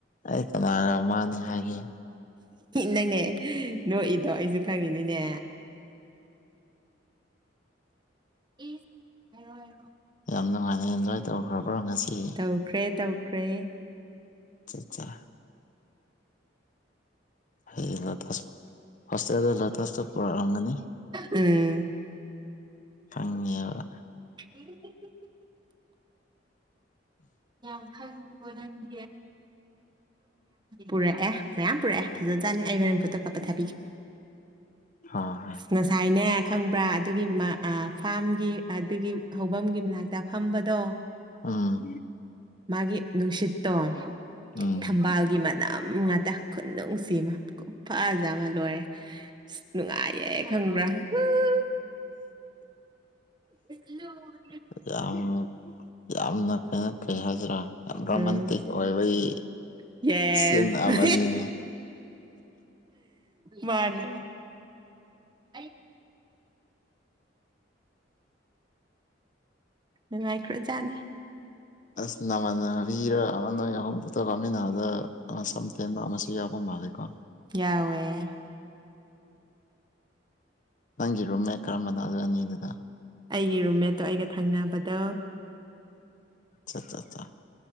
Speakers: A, on the left; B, on the right.
A: ꯑꯩ ꯀꯅꯥꯔꯣ ꯃꯥꯅꯦ ꯍꯥꯏꯒꯦ
B: ꯅꯪꯅꯦ ꯅꯣꯛꯏꯗꯣ ꯑꯩꯁꯨ ꯈꯪꯉꯤꯅꯤꯅꯦ ꯄ ꯍꯥꯏꯔꯣ ꯍꯥꯏꯔꯣ
A: ꯌꯥꯝ ꯅꯨꯡꯉꯥꯏꯅ ꯑꯦꯟꯖꯣꯏ ꯇꯧꯈ꯭ꯔꯕ꯭ꯔꯣ ꯉꯁꯤ
B: ꯇꯧꯈ꯭ꯔꯦ ꯇꯧꯈ꯭ꯔꯦ
A: ꯑꯆꯥ ꯑꯆꯥ ꯑꯩꯡ ꯂꯣꯇꯥꯁ ꯍꯣꯁꯇꯦꯜꯗ ꯂꯣꯇꯥꯁꯇ ꯄꯨꯔꯛꯑꯝꯒꯅꯤ
B: ꯎꯝ
A: ꯈꯪꯉꯕ
B: inaudible ꯌꯥꯝ ꯈꯪꯉꯀꯣꯅꯗꯤ ꯄꯨꯔꯛꯑꯦ ꯃꯌꯥꯝ ꯄꯨꯔꯛꯑꯦ ꯐꯖꯥꯠꯅꯤ ꯑꯩ ꯍꯣꯔꯦꯟ ꯐꯣꯠꯇ ꯀꯥꯄ ꯊꯥꯕꯤꯒꯦ
A: ꯍ ꯍꯣꯏ
B: ꯉꯁꯥꯏꯅꯦ ꯈꯪꯕ꯭ꯔꯥ ꯑꯗꯨꯒꯤ ꯃ ꯑꯥ ꯐꯥꯝꯒꯤ ꯑꯗꯨꯒꯤ ꯍꯐꯝꯒꯤ ꯃꯅꯥꯛꯇ ꯐꯝꯕꯗꯣ
A: ꯎꯝ
B: ꯃꯥꯒꯤ ꯅꯨꯡꯁꯤꯠꯇꯣ
A: ꯎꯝ
B: ꯊꯝꯕꯥꯜꯒꯤ ꯃꯅꯥ ꯉꯥꯛꯇ ꯈꯨꯅꯨꯡꯁꯤꯃ ꯈꯨꯐꯖꯃ ꯂꯣꯏꯔꯦ ꯅꯨꯡꯉꯥꯏ ꯑꯦꯦꯛ ꯈꯪꯕ꯭ꯔꯥ ꯎꯝ inaudible
A: ꯌꯥꯝ ꯌꯥꯝꯅ ꯀꯩꯅ ꯀꯩ ꯍꯥꯏꯁꯤꯔꯥ ꯌꯥꯝ ꯔꯣꯃꯥꯟꯇꯤꯛ
B: ꯎꯝ
A: ꯑꯣꯏꯕꯒꯤ
B: ꯌꯦꯁ
A: ꯁꯤꯟ ꯑꯃꯅꯤꯅꯦ
B: ꯃꯥꯅꯦ ꯑꯩ ꯅꯨꯡꯉꯥꯏꯈ꯭ꯔꯣꯖꯥꯠꯅꯤ
A: ꯑꯁ ꯅꯃꯅꯕꯤꯔ ꯑꯃ ꯅꯣꯏ ꯑꯍꯨꯝ ꯐꯣꯠꯇꯣ ꯀꯥꯞꯃꯤꯟꯅꯗ ꯁꯝꯊꯦꯟꯕ ꯑꯃꯁꯨꯝ ꯃꯤꯌꯥꯕꯨ ꯃꯜꯂꯦꯀꯣ
B: ꯌꯥꯎꯌꯦ
A: ꯅꯪꯒꯤ ꯔꯨꯝ ꯃꯦꯠ ꯀꯔꯝꯕꯅꯣ ꯑꯗꯨ ꯑꯅꯤꯗꯨꯗ
B: ꯑꯩꯒꯤ ꯔꯨꯝꯃꯦꯠꯇꯣ ꯑꯩꯒ ꯊꯪꯅꯕꯗꯣ
A: ꯆꯥ ꯆꯥ ꯆꯥ